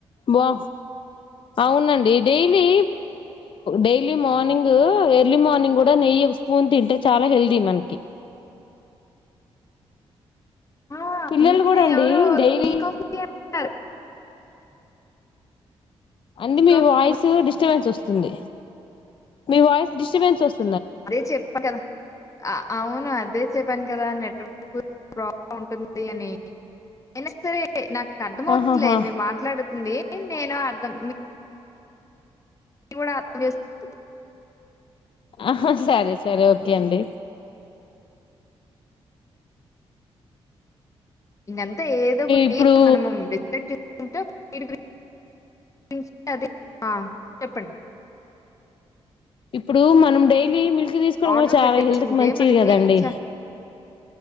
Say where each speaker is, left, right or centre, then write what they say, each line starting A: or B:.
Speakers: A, on the left (about 45°); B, on the left (about 25°).
A: బా అవునండి daily daily morning early morning కూడా నెయ్యి ఒక స్పూన్ తింటే చాలా హెల్దీ మనకి
B: ఆ
A: పిల్లలు
B: అందుకనే
A: కూడా అండి
B: ఎవరో
A: డైలీ
B: ఘీ కాఫీ అంటారు
A: అండి
B: ఘీ
A: మీ
B: కాఫీ
A: వాయిస్ డిస్టర్బెన్స్ వస్తుంది మీ వాయిస్ డిస్టబెన్స్ వస్తు
B: అదే చెప్ప కదా అవును అదే చెప్ప చెప్పాను కదా నెట్వర్క్ ప్రాబ్లం ఉంటుంది అని అయినా సరే నాకు అర్థమ అవుతుందిలే
A: ఆహాహా
B: మీ మాట్లాడు <unintelligible> ఏయింది నేను అర్థం ఇ కూడా కూడా ఆరోగ్య <unintelligible>
A: ఆహ సరే సరే ఓకే అండి
B: ఇంక అం ఏదో ఒకటి
A: ఇప్పుడు
B: మనము డిస్కస్ చేస్ అది చెప్పండి
A: ఇప్పుడు మనం డైలీ మిల్క్ తీసుకోవడం
B: ఆర్డర్
A: కూడా చాలా
B: పెట్టేసుకుంటే
A: హెల్త్ కి మంచిది
B: మనకి
A: కదండి
B: చ